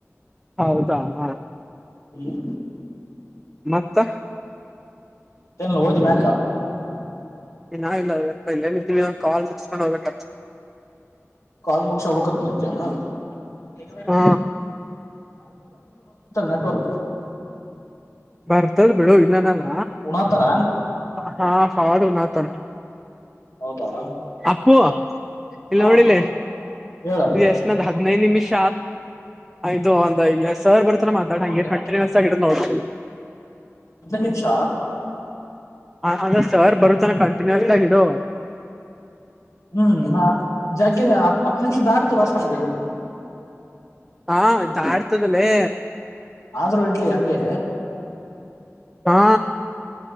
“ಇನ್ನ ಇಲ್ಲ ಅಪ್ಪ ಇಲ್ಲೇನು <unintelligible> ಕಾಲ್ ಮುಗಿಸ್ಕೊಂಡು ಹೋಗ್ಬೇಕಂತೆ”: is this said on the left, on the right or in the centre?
Centre